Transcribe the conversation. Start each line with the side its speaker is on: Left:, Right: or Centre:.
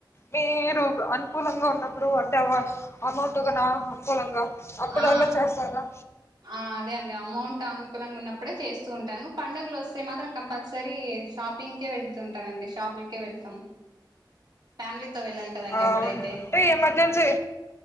Left: మీరు అనుకూలంగా ఉన్నప్పుడు అంటే అ అమౌంట్గా నా అనుకూలంగా అప్పుడు
Right: ఆ
Left: అలా చేస్తారా
Right: ఆ అదే అండి అమౌంట్ అనుకూలంగా ఉన్నప్పుడే చేస్తూ ఉంటాను పండుగలు వస్తే మాత్రం కంపల్సరీ షాపింగ్కే వెళ్తుంటానండి షాపులకే వెళ్తాం ఫ్యామిలీతో వెళ్ళాలి కదండి
Left: అ
Right: అప్పుడైతే
Left: అవును ఉంటే ఎమర్జెన్సీ